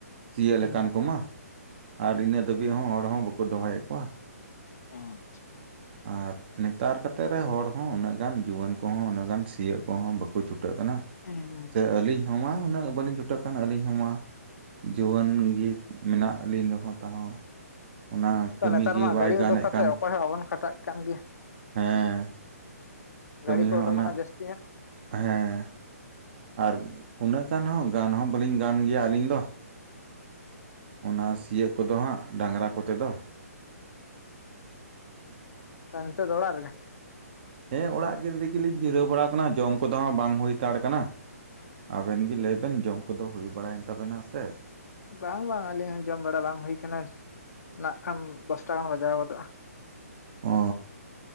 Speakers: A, on the right; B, on the left.
A: ᱥᱤᱭᱟᱹᱜ
B: ᱦᱩᱸ
A: ᱞᱮᱠᱟᱱ ᱠᱚᱢᱟ, ᱟᱨ ᱤᱱᱟᱹ ᱫᱷᱟᱹᱵᱤᱡ ᱦᱚᱸ ᱦᱚᱲ ᱦᱚᱸ ᱵᱟᱠᱩ ᱫᱚᱦᱚᱭᱮᱜ ᱠᱚᱣᱟ᱾
B: ᱟᱸᱪᱪᱷᱟ᱾
A: ᱟᱨ ᱱᱮᱛᱟᱨ ᱠᱟᱛᱮᱜ ᱨᱮ ᱦᱚᱲ ᱦᱚᱸ ᱩᱱᱟᱹᱜ ᱜᱟᱱ ᱡᱩᱣᱟᱹᱱ ᱠᱚᱦᱚᱸ ᱩᱱᱟᱹᱜ ᱜᱟᱱ ᱥᱤᱭᱚᱜ ᱠᱚᱦᱚᱸ ᱵᱟᱠᱩ ᱪᱷᱩᱴᱟᱹᱜ ᱠᱟᱱᱟ᱾
B: <unintelligible>
A: ᱪᱮ ᱟᱹᱞᱤᱧ ᱦᱚᱸᱢᱟ ᱩᱱᱟᱹᱜ ᱵᱟᱞᱤᱧ ᱪᱷᱩᱴᱟᱹᱜ ᱠᱟᱱ ᱟᱹᱞᱤᱧ ᱦᱚᱸᱢᱟ᱾ ᱡᱩᱣᱟᱹᱱ ᱜᱮ ᱢᱮᱱᱟᱜ ᱞᱤᱧ ᱨᱮᱦᱚᱸ ᱛᱟᱦᱚᱸ᱾ ᱚᱱᱟ
B: ᱛᱚ
A: ᱠᱟᱹᱢᱤ
B: ᱱᱮᱛᱟᱨ
A: ᱜᱮ
B: ᱢᱟ
A: ᱵᱟᱭ
B: ᱜᱟᱹᱲᱤ
A: ᱜᱟᱱᱮᱫ
B: ᱩᱰᱩᱜ ᱠᱟᱛᱮᱜ
A: ᱠᱟᱱ
B: ᱚᱠᱚᱭ ᱦᱚᱸ ᱵᱟᱵᱚᱱ ᱠᱷᱟᱴᱟᱜ ᱠᱟᱱ ᱜᱮᱭᱟ᱾
A: ᱦᱮᱸ, ᱠᱟᱹᱢᱤ
B: ᱜᱟᱹᱰᱤ ᱠᱚ
A: ᱦᱚᱸ
B: ᱩᱰᱩᱠ
A: ᱚᱱᱟᱜ
B: ᱮᱱᱟ ᱡᱟᱹᱥᱛᱤ ᱧᱚᱜ
A: ᱦᱮᱸ, ᱟᱨ ᱩᱱᱟᱹᱜ ᱜᱟᱱ ᱦᱚᱸ ᱜᱟᱱ ᱦᱚᱸ ᱵᱟᱹᱞᱤᱧ ᱜᱟᱱ ᱜᱮᱭᱟ ᱟᱹᱞᱤᱧ ᱫᱚ᱾ ᱚᱱᱟ ᱥᱤᱭᱚᱜ ᱠᱚᱫᱚ ᱦᱟᱸᱜ ᱰᱟᱝᱨᱟ ᱠᱚᱛᱮ ᱫᱚ᱾
B: ᱠᱟ ᱱᱤᱛᱚᱜ ᱫᱚ ᱚᱲᱟᱜ ᱨᱮᱜᱮ?
A: ᱦᱮᱸ, ᱚᱲᱟᱜ ᱜᱤ ᱨᱤᱜᱤᱞᱤᱧ ᱡᱤᱨᱟᱹᱣ ᱵᱟᱲᱟᱣ ᱠᱟᱱᱟ ᱡᱚᱢ ᱠᱚᱫᱚ ᱦᱟᱸ ᱵᱟᱝ ᱦᱩᱭ ᱛᱟᱲ ᱠᱟᱱᱟ᱾ ᱟᱵᱮᱱ ᱜᱮ ᱞᱟᱹᱭᱵᱮᱱ ᱡᱚᱢ ᱠᱚᱫᱚ ᱦᱩᱭ ᱵᱟᱲᱟᱭᱮᱱ ᱛᱟᱵᱮᱱᱟ ᱥᱮ᱾
B: ᱵᱟᱝ, ᱵᱟᱝ, ᱟᱹᱞᱤᱧ ᱦᱚᱸ ᱡᱚᱢ ᱵᱟᱲᱟ ᱵᱟᱝ ᱦᱩᱭ ᱠᱟᱱᱟ, ᱱᱟᱜ ᱠᱷᱟᱱ ᱫᱚᱥᱴᱟ ᱜᱟᱱ ᱵᱟᱡᱟᱣ ᱜᱚᱫᱚᱜᱼᱟ᱾
A: ᱚ